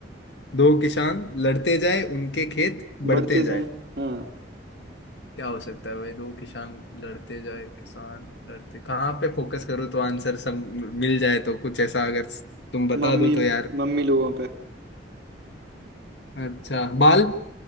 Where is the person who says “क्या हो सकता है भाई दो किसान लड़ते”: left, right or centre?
Left